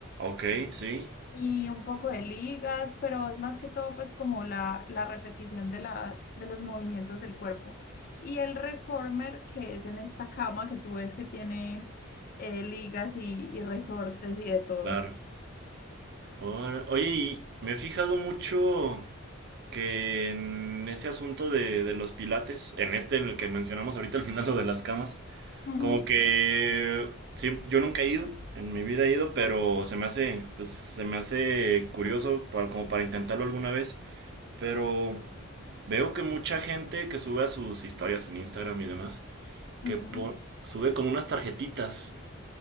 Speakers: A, on the right; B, on the left.
A: Ok, sí.
B: y un poco de ligas, pero es más que todo pues como la, la repetición de las, de los movimientos del cuerpo. Y el reformer, que es en esta cama que tú ves que tiene eh, ligas y, y resortes y de todo.
A: Claro. Ahora- Oye, y me he fijado mucho que en ese asunto de, de los pilates, en este en el que mencionamos ahorita al final lo de las camas,
B: Ujú.
A: como que siem- yo nunca he ido, en mi vida he ido, pero se me hace, pues se me hace curioso para- como para intentarlo alguna vez, pero veo que mucha gente que sube a sus historias en Instagram y demás,
B: Ujú.
A: que po- sube como unas tarjetitas.